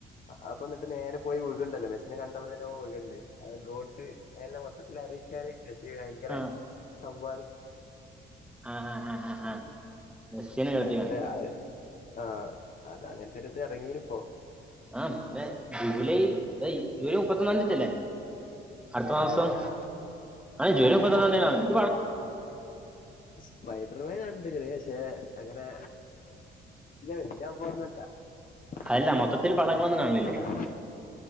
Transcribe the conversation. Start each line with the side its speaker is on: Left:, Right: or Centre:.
Left: അപ്പൊ എന്നിട്ട് നേരെ പോയി വി ണ്ടല്ലോ മെസ്സിനെ കണ്ടപത്തിനന്നെ വണ്ട് ഗോട്ട് അല മൊത്തിൽ അറിയിക്കാൻ എസി ഭയങ്കര
Centre: ആ ആ
Left: സംഭവം
Centre: ആ ആ ആ ആ മെസ്സിനെ എടുത്ത്
Left: അങ്ങനത്തെ
Centre: കാണിക്കാം
Left: ആ ആഹ അത അങ്ങനത്തെ ഒരു ഇത് ഇറങ്ങീണ് ഇ പോ
Centre: ആ പി ജൂലൈ ജൂലൈ മുപ്പത്തൊന്നാം തീയതി അല്ലേ അടുത്തമാസം
Left: എനിക്കറില്ല ഞാൻ
Centre: അജൂലൈ മുപ്പത്തിഒന്നാതി
Left: സ്പൈഡറിനെ കണ്ട് ക്കണ് പക്ഷെ അങ്ങനെ വലിയ പോന്നല്ല <unintelligible>
Centre: അല്ല മൊത്തത്തിൽ പടങ്ങളൊന്നും കാണില്ലേ